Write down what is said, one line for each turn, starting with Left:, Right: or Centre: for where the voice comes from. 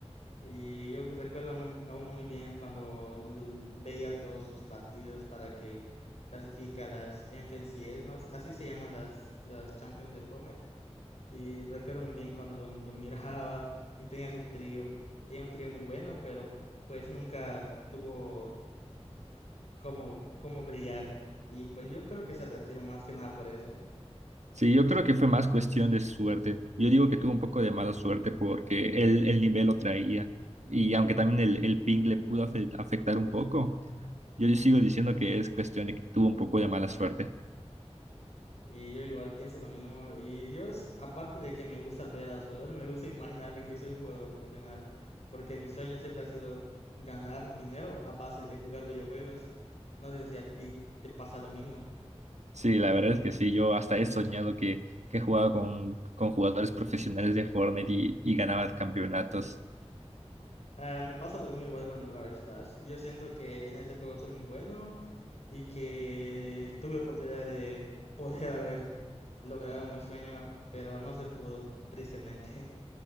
Left: Y yo recuerdo aún, aún muy bien cuando l- veía todos sus partidos para que clasifica a las FNCS, ¿no? Así se llaman las, las Champions de Fortnite. Y recuerdo muy bien cuando lo, lo miraba <laughs> y tenía su trío. Tenía un trío muy bueno, pero pues nunca tuvo como, como brillar. Y pues yo creo que se retiró más que nada por eso.
Right: Sí, yo creo que fue más cuestión de suerte. Yo digo que tuvo un poco de mala suerte porque él, el nivel lo traía, y aunque también el, el ping le pudo afe- afectar un poco, yo sigo diciendo que es cuestión de que tuvo un poco de mala suerte.
Left: Y yo igual pienso lo mismo. Y yo, s- aparte de que me gusta ver a los jugadores, me gusta imaginarme que soy un jugador profesional, porque mi sueño siempre ha sido ganar dinero a base de jugar videojuegos. No sé si a ti te pasa lo mismo.
Right: Sí, la verdad es que sí, yo hasta he soñado que, que jugaba con, con jugadores profesionales de Fortnite y, y ganaba campeonatos.
Left: Ah, me pasa lo mismo igual con el Brawl Stars. Yo siento que en ese juego soy muy bueno y que tuve oportunidad de poder <laughs> haber logrado mi sueño, pero no se pudo, tristemente.